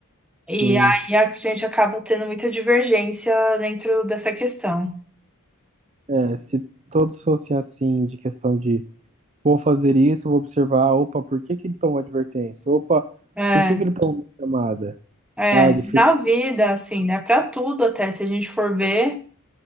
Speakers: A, in the centre; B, on the right.
A: E
B: sim.
A: aí a gente acaba tendo muita divergência dentro dessa questão.
B: É, se todos fossem assim, de questão de vou fazer isso, vou observar, opa, por que que ele tomou advertência? Opa,
A: É,
B: por que que ele tomou uma chamada?
A: é,
B: Ah, ele fez.
A: na vida, assim, né? Para tudo até, se a gente for ver.